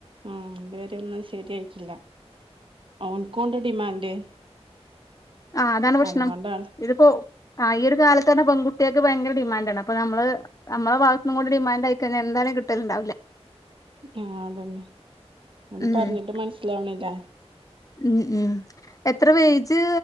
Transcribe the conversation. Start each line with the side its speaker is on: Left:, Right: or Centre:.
Right: ഉം അതുവരെ ഒന്നും ശരിയായിട്ടില്ല ഓൻകോണ്ട് ഡിമാൻഡ്
Left: ആ അതാണ് പ്രക്ഷ്ണം
Right: അതുകൊണ്ടാണ്
Left: ഇതിപ്പോ ആ ഈ ഒരു കാല തന്നെ പെൺകുട്ടിയാക്ക് ഭയങ്കര ഡിമാൻഡ് ആണ് അപ്പോ നമ്മള് നമ്മള ഭാഗത്ത്നും കൂടി ഡിമാൻഡ് ആയി കയ്ഞാൽ എന്താലും കിട്ടലുണ്ടാവില്ല
Right: ആ അതന്നെ
Left: ഉം
Right: അത് പറഞ്ഞിട്ട് മനസ്സിലാവണില്ല
Left: ഉം ഉം എത്ര വേജ്